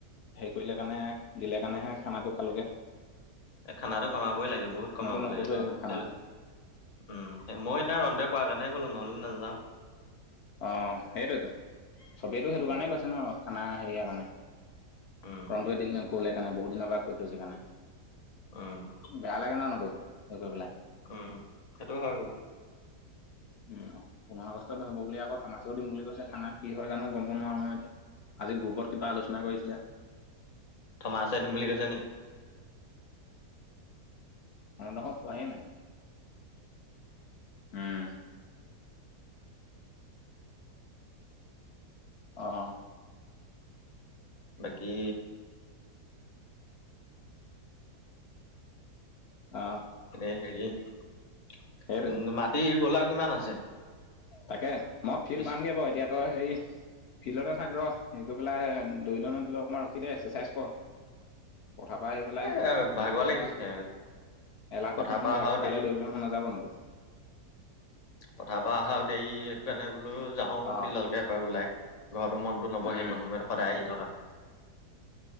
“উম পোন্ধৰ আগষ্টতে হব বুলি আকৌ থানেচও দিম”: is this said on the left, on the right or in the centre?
Left